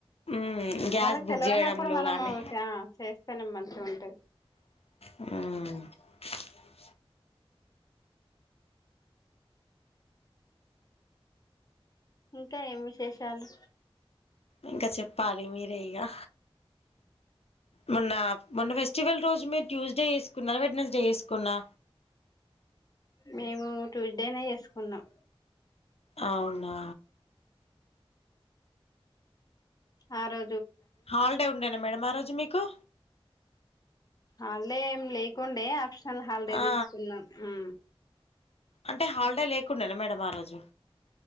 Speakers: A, on the left; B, on the left.
A: ఉమ్ గ్యాస్
B: వాళ్ళకి
A: బుక్
B: తెలివనప్పుడు
A: చేయడంలో
B: మనము
A: గాని
B: ఆ చేస్తనే మంచిగా ఉంటది.
A: హు
B: ఇంకా ఏం విశేషాలు.
A: ఇంకా చెప్పాలి మీరే ఇగా. మొన్న మొన్న ఫెస్టివల్ రోజు మీరు ట్యూ స్డే చేసుకున్నరా వెడ్నస్ డే చేసుకుర్రా.
B: మేము ట్యూస్డేనే చేసుకున్నాం.
A: అవునా
B: ఆ రో
A: హాలిడే ఉండేనా మేడం ఆ రోజు మీకు
B: హాలిడే ఏమి లేకుండే ఆప్షనల్ హాలిడే
A: ఆ
B: తీసుకున్నా ఉ
A: అంటే హాలిడే లేకుండేన మేడం ఆ రోజు